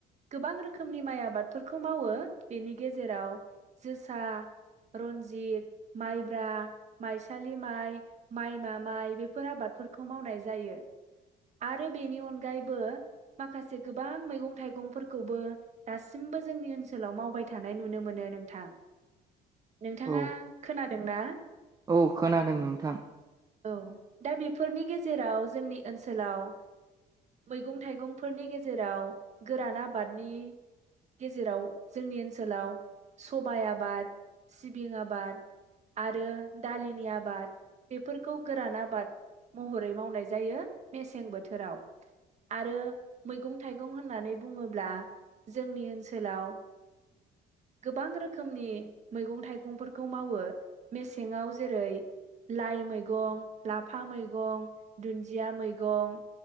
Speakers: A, on the right (about 40°); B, on the right (about 20°).
A: गोबां रोखोमनि माइ आबादफोरखौ मावो बेनि गेजेराव जोसा रनजित माइब्रा माइसालि माइ माइमा माइ बेफोर आबादफोरखौ मावनाय जायो आरो बेनि अनगायैबो माखासे गोबां मैगं थाइगंफोरखौबो दासिमबो जोंनि ओनसोलाव मावबाय थानाय नुनो मोनो नोंथां नोंथाङा
B: औ
A: खोनादोंना
B: औ खोनादों नोंथां
A: औ दा बेफोरनि गेजे जेराव जोंनि ओनसोलाव मैगं थाइगंफोरनि गेजेराव गोरान आबादनि गेजेराव जोंनि ओनसोलाव सबाइ आबाद सिबिं आबाद आरो दालिनि आबाद बेफोरखौ गोरान आबाद महरै मावनाय जायो मेसें बोथोराव आरो मैगं थाइगं होननानै बुङोब्ला जोंनि ओनसोलाव गोबां रोखोमनि मैगं थाइगंफोरखौ मावो मेसेङाव जेरै लाइ मैगं लाफा मैगं दुन्दिया मैगं